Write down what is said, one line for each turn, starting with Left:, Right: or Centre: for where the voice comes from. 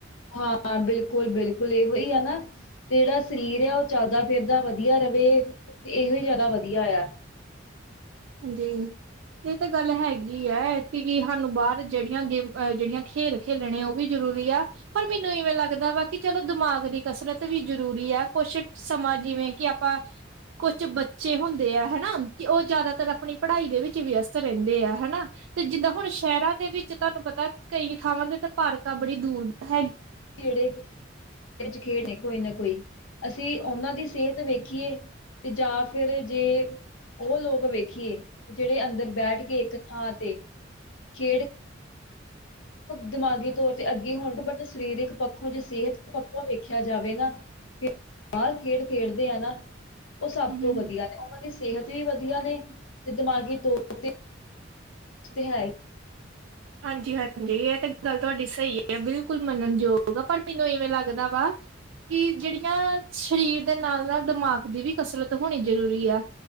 Left: ਹਾਂ, ਬਿਲਕੁਲ, ਬਿਲਕੁਲ ਇਹੋ ਹੀ ਹੈ ਨਾ। ਤੇ ਜਿਹੜਾ ਸਰੀਰ ਆ ਉਹ ਚੱਲਦਾ ਫਿਰਦਾ ਵਧੀਆ ਰਹੇ ਤੇ ਇਹੋ ਹੀ ਜਿਆਦਾ ਵਧੀਆ ਆ
Right: ਹਾਂਜੀ। ਇਹ ਤਾਂ ਗੱਲ ਹੈਗੀ ਹੈ, ਕੀ ਸਾਨੂੰ ਬਾਹਰ ਜਿਹੜੀਆਂ ਗੇਮ ਜਿਹੜੀਆਂ ਖੇਲ ਖੇਲਣੇ ਉਹ ਵੀ ਜ਼ਰੂਰੀ ਆ ਪਰ ਮੈਨੂੰ ਇਵੇਂ ਲੱਗਦਾ ਵਾ ਕਿ ਚਲੋ ਦਿਮਾਗ ਦੀ ਕਸਰਤ ਵੀ ਜਰੂਰੀ ਆ ਕੁਛ ਸਮਾਂ ਜਿਵੇਂ ਕਿ ਪਰ, ਕੁਛ ਬੱਚੇ ਹੁੰਦੇ ਆ ਹਨਾ ਕਿ ਉਹ ਜ਼ਿਆਦਾ ਤਰ ਆਪਣੀ ਪੜ੍ਹਾਈ ਦੇ ਵਿੱਚ ਵਿਅਸਤ ਰਹਿੰਦੇ ਆ ਹਨਾ। ਤੇ ਜਿੱਦਾਂ ਹੁਣ ਸ਼ਹਿਰਾਂ ਦੇ ਵਿੱਚ ਤੁਹਾਨੂੰ ਪਤਾ ਕਈ ਥਾਵਾਂ ਦੇ ਪਾਰਕਾਂ ਬੜੀ ਦੂਰ ਹੈ।
Left: ਜਿਹੜੇ, ਵਿੱਚ ਖੇਡ ਨੇ ਕੋਈ ਨਾ ਕੋਈ ਅਸੀਂ ਉਹਨਾਂ ਦੀ ਸਿਹਤ ਵੇਖੀਏ ਤੇ ਜਾਂ ਫਿਰ ਜੇ। ਉਹ ਲੋਕ ਵੇਖੀਏ, ਜਿਹੜੇ ਅੰਦਰ ਬੈਠ ਕੇ ਇੱਕ ਥਾਂ ਤੇ ਖੇਡ ਦਿਮਾਗੀ ਤੌਰ ਤੇ ਅੱਗੇ ਹੋਣਗੇ ਬਟ ਸਰੀਰਕ ਪੱਖੋਂ ਜੇ ਸਿਹਤ ਪੱਖੋਂ ਵੇਖਿਆ ਜਾਵੇ ਨਾ ਬਾਹਰ ਖੇਡ ਖੇਡਦੇ ਆ ਨਾ, ਉਹ ਸਭ
Right: ਹਮ
Left: ਤੋਂ ਵਧੀਆ ਨੇ ਉਹਨਾਂ ਸਿਹਤ ਵੀ ਵਧੀਆ ਨੇ, ਤੇ ਦਿਮਾਗੀ ਤੌਰ ਤੇ ਹੈ।
Right: ਹਾਂਜੀ, ਹਾਂਜੀ ਇਹ ਤਾਂ ਗੱਲ ਤੁਹਾਡੀ ਸਹੀ ਹੈ ਆ, ਬਿਲਕੁਲ ਮੰਨਣਯੋਗ ਆ, ਪਰ ਮੈਨੂੰ ਇਵੇਂ ਲੱਗਦਾ ਵਾ ਕਿ ਜਿਹੜੀਆਂ, ਸਰੀਰ ਦੇ ਨਾਲ-ਨਾਲ ਦਿਮਾਗ ਦੀ ਵੀ ਕਸਰਤ ਹੋਣੀ ਜ਼ਰੂਰੀ ਆ।